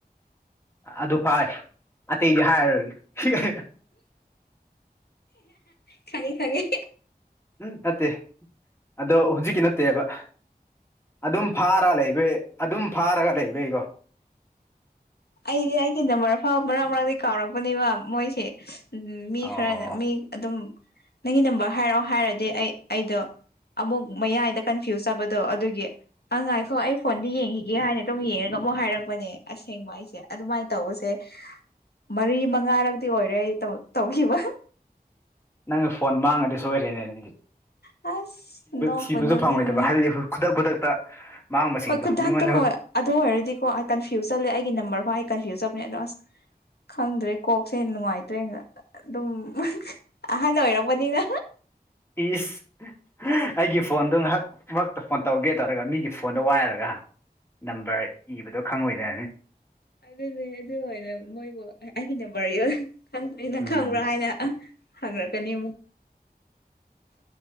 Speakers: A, on the left; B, on the left.
A: ꯑꯗꯨ ꯐꯥꯏ ꯑꯇꯩꯗꯤ ꯍꯥꯏꯔꯣꯏꯒ
B: ꯈꯪꯉꯦ ꯈꯪꯉꯦ
A: ꯎꯝ ꯅꯠꯇꯦ ꯑꯗꯣ ꯍꯧꯖꯤꯛꯀꯤ ꯅꯠꯇꯦꯕ ꯑꯗꯨꯝ ꯐꯥꯔ ꯂꯩꯕꯩ ꯑꯗꯨꯝ ꯐꯥꯔꯒ ꯂꯩꯕꯩꯀꯣ
B: ꯑꯩꯗꯤ ꯑꯩꯒꯤ ꯅꯝꯕꯔ ꯑꯐꯕ ꯃꯔꯛ ꯃꯔꯥꯡꯗꯒꯤ ꯀꯥꯎꯔꯛꯄꯅꯦꯕ ꯃꯣꯏꯁꯦ ꯃꯤ
A: ꯑꯣ
B: ꯈꯔꯅ ꯃꯤ ꯑꯗꯨꯝ ꯅꯪꯒꯤ ꯅꯝꯕꯔ ꯍꯥꯏꯔꯛꯑꯣ ꯍꯥꯏꯔꯗꯤ ꯑꯩ ꯑꯩꯗꯣ ꯑꯃꯨꯛ ꯃꯌꯥꯏꯗ ꯀꯟꯐ꯭ꯌꯨꯁ ꯇꯕꯗꯣ ꯑꯗꯨꯒꯤ ꯑꯪ ꯉꯥꯏꯈꯣ ꯑꯩ ꯐꯣꯟꯗ ꯌꯦꯡꯈꯤꯒꯦ ꯍꯥꯏꯅ ꯑꯗꯨꯝ ꯌꯦꯡꯉꯒ ꯑꯃꯨꯛ ꯍꯥꯏꯔꯛꯄꯅꯦ ꯑꯁꯦꯡꯕ ꯑꯩꯁꯦ ꯑꯗꯨꯃꯥꯏꯅ ꯇꯧꯕꯁꯦ ꯃꯔꯤ ꯃꯉꯥꯔꯛꯇꯗꯤꯤ ꯑꯣꯏꯔꯦ ꯑꯩ ꯇꯧꯈꯤꯕ
A: ꯅꯪꯅ ꯐꯣꯟ ꯃꯥꯡꯉꯗꯤ ꯁꯣꯏꯔꯦꯅꯦ ꯑꯗꯨꯗꯤ
B: ꯑꯁ ꯅꯣꯛꯄꯨ
A: ꯊꯤꯕꯁꯨ
B: ꯅꯣꯛꯅꯤꯡꯕꯅꯦ
A: ꯐꯪꯉꯣꯏꯗꯕ ꯍꯥꯏ ꯈꯨꯗꯛ ꯈꯨꯗꯛꯇ ꯃꯥꯡꯕꯁꯤꯡꯗꯣ
B: ꯍꯣꯏ ꯈꯨꯗꯛꯇ
A: ꯃꯤꯉꯣꯟꯗ
B: ꯍꯣꯏ ꯑꯗꯨ ꯑꯣꯏꯔꯗꯤꯀꯣ ꯑꯩ ꯀꯟꯐ꯭ꯌꯨꯁ ꯆꯠꯂꯦ ꯑꯩꯒꯤ ꯅꯝꯕꯔ ꯍꯣ ꯑꯩ ꯀꯟꯐ꯭ꯌꯨꯖ ꯇꯕꯅꯦ ꯑꯗꯣ ꯑꯁ ꯈꯪꯗ꯭ꯔꯦ ꯀꯣꯛꯁꯦ ꯅꯨꯡꯉꯥꯏꯇ꯭ꯔꯦ ꯑꯗꯨꯝ ꯑꯍꯥꯟꯕ ꯑꯣꯏꯔꯛꯄꯅꯤꯅ
A: ꯏꯁ ꯑꯩꯒꯤ ꯐꯣꯟꯗꯣ ꯉꯥꯏꯍꯥꯛ ꯃꯔꯛꯇ ꯐꯣꯟ ꯇꯧꯒꯦ ꯇꯧꯔꯒ ꯃꯤꯒꯤ ꯐꯣꯟꯗꯣ ꯋꯥꯏꯔꯒ ꯅꯝꯕꯔ ꯏꯕꯗꯣ ꯈꯪꯉꯣꯏꯗ
B: ꯑꯗꯨꯅꯦ ꯑꯗꯨ ꯑꯣꯏꯅ ꯃꯣꯏꯕꯨ ꯑꯩꯒꯤ ꯅꯝꯕꯔ ꯌ ꯈꯪꯗꯅꯤ ꯅꯪ
A: ꯎꯝ
B: ꯈꯪꯕ꯭ꯔꯥ ꯍꯥꯏꯅ ꯍ꯭ꯔꯠꯇꯅꯤ